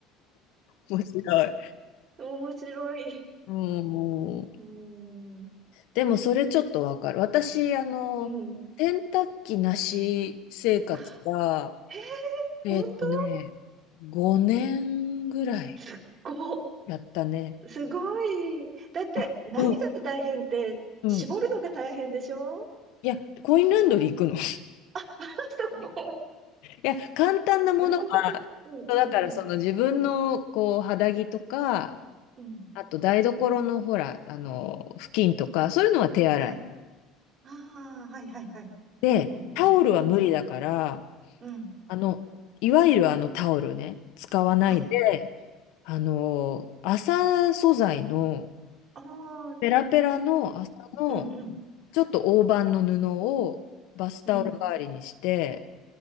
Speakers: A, on the left; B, on the right.
A: 面白い。
B: 面白い。
A: うん。
B: うーん、
A: でもそれちょっとわかる。私、あの、
B: うん。
A: 洗濯機なし生活が、
B: あ、へえ、
A: えーっとね、
B: 本当
A: 5年ぐらい
B: すっごい。
A: やったね。
B: すごい。だって、
A: あうん
B: 何が大変って、
A: うん。
B: 絞るのが大変でしょ
A: いや、コインランドリー行くの。<laughs> い
B: あ、あ、そこ。
A: や、簡単なものは、
B: なるほど。うんうんうん。
A: そうだからその自分のこう肌着とか、
B: うん。
A: あと台所のほら、あの、布巾とか、そういうのは手洗い。
B: はい。ああ、はいはいはい。
A: で、
B: うんうんうんうん。
A: タオルは無理だから、
B: うん。
A: あの、いわゆるあのタオルね、使わないで、
B: はい。
A: あの、麻素材の、
B: ああ、うん
A: ペラペラの麻の、
B: うんうん
A: ちょっと大判の布をバスタオル代わりにして、
B: うん。